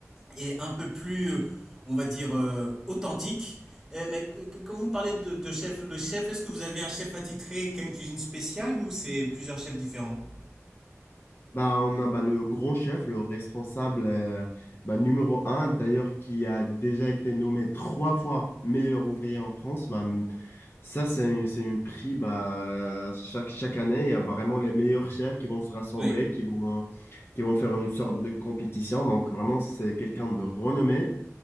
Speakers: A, in the centre; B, on the left.
A: et un peu plus, euh, on va dire, euh, authentiques. Eh, mais que- que- quand vous parlez de, de chef, le chef, est-ce que vous avez un chef attitré qui a une cuisine spéciale ou c'est plusieurs chefs différents?
B: Bah, on a bah, le grand chef, le responsable euh, bah, numéro un, d'ailleurs, qui a déjà été nommé trois fois meilleur ouvrier en France. Bah, m- ça, c'est un, c'est un prix bah, chaque, chaque année. Il y a vraiment les meilleurs chefs qui vont se rassembler,
A: Oui.
B: qui vont, qui vont faire une sorte de compétition. Donc, vraiment, c'est quelqu'un de renommé.